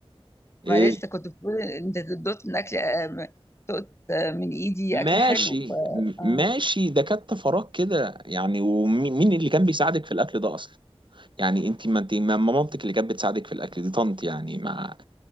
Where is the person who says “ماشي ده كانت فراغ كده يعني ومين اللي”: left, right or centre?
Right